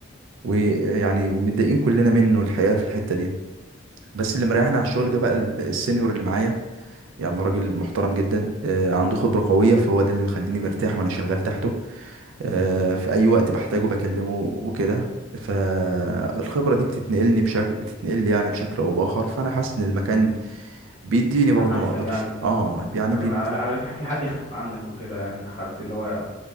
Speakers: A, on the right; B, on the left.
A: ويعني متضايقين كلنا منه الحقيقه في الحته دي بس اللي مريحنا على الشغل ده بقى السينيور اللي معايا يعني راجل محترم جدا آه، عنده خبرة قوية فهو ده اللي مخليني مرتاح وأنا شغال تحته آه، في أي وقت بحتاجه بكلمه وكده فالخبرة دي بتتنقلني بشكل بتتنقل يعني بشكل أو بآخر فأنا حاسس إن المكان بيديني
B: وكان
A: برضه
B: احسن
A: ما أقدرش
B: يعني
A: أه يعني
B: لكن
A: بيد...
B: على على في في حد يخفف عنك وكده يعني في حد اللي هو